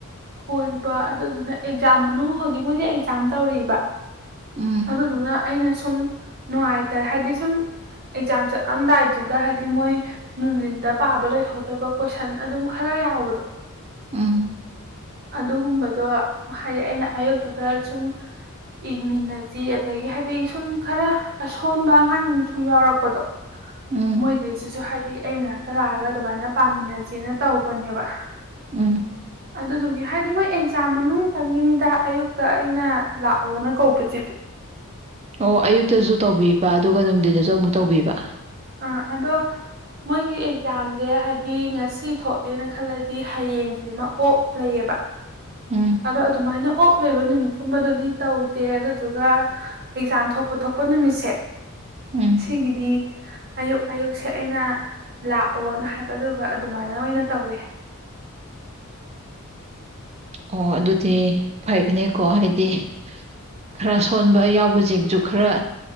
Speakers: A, on the right; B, on the right.
A: ꯑꯣꯏꯕ ꯑꯗꯨꯗꯨꯅ ꯑꯦꯛꯖꯥꯝ ꯃꯅꯨꯡ ꯍꯧꯖꯤꯛ ꯃꯣꯏꯁꯦ ꯑꯦꯛꯖꯥꯝ ꯇꯧꯔꯤꯕ
B: ꯎꯝ
A: ꯑꯗꯨꯗꯨꯅ ꯑꯩꯅ ꯁꯨꯝ ꯅꯨꯉꯥꯏꯇꯔꯦ ꯍꯥꯏꯗꯤ ꯁꯨꯝ ꯑꯦꯛꯖꯥꯝ ꯆꯠꯂꯝꯗꯥꯏ ꯑꯗꯨꯗ ꯍꯥꯏꯗꯤ ꯃꯣꯏ ꯅꯨꯡꯗꯤꯟꯗ ꯄꯥꯕ ꯂꯣꯏꯍꯧꯗꯕ ꯀꯣꯏꯁꯟ ꯑꯗꯨꯝ ꯈꯔ ꯌꯥꯎꯕꯗꯣ
B: ꯎꯝ
A: ꯑꯗꯨꯒꯨꯝꯕꯗꯣ ꯍꯥꯏꯗꯤ ꯑꯩꯅ ꯑꯌꯨꯛꯇꯨꯗ ꯁꯨꯝ ꯏꯃꯤꯟꯅꯁꯤ ꯑꯗꯒꯤ ꯍꯥꯏꯗꯤ ꯁꯨꯝ ꯈꯔ ꯑꯁꯣꯟꯕ ꯑꯉꯥꯡ ꯁꯨꯝ ꯌꯥꯎꯔꯛꯄꯗꯣ
B: ꯎꯝ
A: ꯃꯣꯏꯒꯩꯁꯤꯁꯨ ꯍꯥꯏꯗꯤ ꯑꯩꯩꯃꯅꯛ ꯇꯂꯥꯛꯑꯒ ꯑꯗꯨꯃꯥꯏꯅ ꯄꯥꯃꯤꯟꯅꯖꯦꯅ ꯇꯧꯕꯅꯦꯕ
B: ꯎꯝ
A: ꯑꯗꯨꯗꯨꯒꯤ ꯍꯥꯏꯗꯤ ꯃꯣꯏ ꯑꯦꯛꯖ ꯖꯥꯝ ꯃꯅꯨꯡꯇꯪꯒꯤꯅꯤꯗ ꯑꯌꯨꯛꯇ ꯑꯩꯅ ꯂꯥꯛꯑꯣꯅ ꯀꯧꯕꯁꯤꯗꯤ꯫
B: ꯑꯣ ꯑꯌꯨꯛꯇꯁꯨ ꯇꯧꯕꯤꯕ ꯑꯗꯨꯒ ꯅꯨꯡꯗꯤꯟ ꯗꯁ ꯖꯥ ꯃꯨꯛ ꯇꯧꯕꯤꯕ?
A: ꯑꯥ ꯑꯗꯣ ꯃꯣꯏꯒꯤ ꯑꯦꯛꯖꯥꯝꯁꯦ ꯍꯥꯏꯗꯤ ꯉꯁꯤ ꯊꯣꯛꯑꯦꯅ ꯈꯜꯂꯗꯤ ꯍꯥꯌꯦꯡꯁꯤꯃ ꯑꯣꯞ ꯂꯩꯌꯦꯕ
B: ꯎꯝ
A: ꯑꯗꯣ ꯑꯗꯨꯃꯥꯏꯅ ꯑꯣꯞ ꯂꯩꯕ ꯅꯨꯃꯤꯠ ꯀꯨꯝꯕꯗꯗꯤ ꯇꯧꯗꯦ ꯑꯗꯨꯗꯨꯒ ꯑꯦꯛꯖꯥꯝ ꯊꯣꯛꯄ ꯊꯣꯛꯄ ꯅꯨꯃꯤꯠꯁꯦ
B: ꯎꯝ
A: ꯁꯤꯒꯤꯗꯤ ꯑꯌꯨꯛ ꯑꯌꯨꯛꯁꯦ ꯑꯩꯅ ꯂꯥꯛꯑꯣꯅ ꯍꯥꯏꯕ ꯑꯗꯨꯒ ꯑꯗꯨꯃꯥꯏꯅ ꯑꯣꯏꯅ ꯇꯧꯋꯦ꯫
B: ꯑꯣ ꯑꯗꯨꯗꯤ ꯐꯩꯅꯦꯀꯣ ꯍꯥꯏꯗꯤ ꯈꯔ ꯁꯣꯟꯕ ꯌꯥꯎꯕꯁꯤꯡꯁꯨ ꯈꯔ